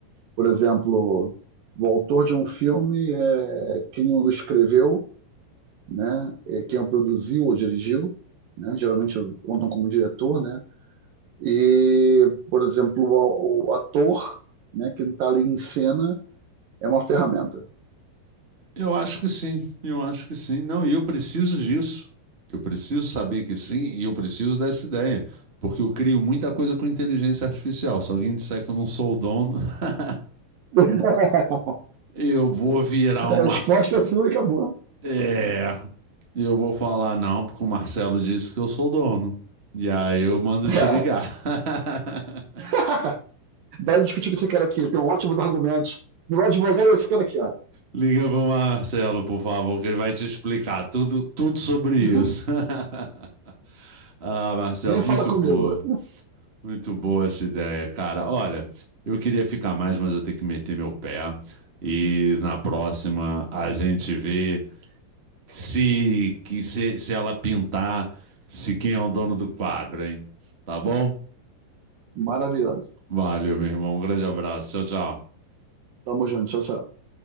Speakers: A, on the right; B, on the right.
A: Por exemplo, o autor de um filme é quem o escreveu, né? É quem o produziu ou dirigiu, né? Geralmente contam como diretor, né? E, por exemplo, o, o ator, né? Quem está ali em cena é uma ferramenta.
B: Eu acho que sim, eu acho que sim. Não, e eu preciso disso. Eu preciso saber que sim, e eu preciso dessa ideia, porque eu crio muita coisa com inteligência artificial. Se alguém disser que eu não sou o dono, <laughs>
A: <laughs>
B: eu vou virar uma.
A: resposta
B: fe-
A: é e acabou.
B: É, eu vou falar não, porque o Marcelo disse que eu sou o dono. E aí eu mando
A: É.
B: te ligar. <laughs>
A: <laughs> Vai discutir com esse cara aqui, ele tem um ótimo argumento. Meu advogado é esse cara aqui, ó.
B: Liga pro Marcelo, por favor, que ele vai te explicar tudo, tudo sobre isso.
A: <laughs>
B: <laughs> Ah, Marcelo,
A: Nem
B: muito
A: fala comigo.
B: boa. Muito boa essa ideia, cara. Olha, eu queria ficar mais, mas eu tenho que meter meu pé. E na próxima a gente vê se, que se, se ela pintar, se quem é o dono do quadro, hein? Tá bom?
A: Maravilhoso.
B: Valeu, meu irmão. Um grande abraço. Tchau, tchau.
A: Tamo junto, tchau, tchau.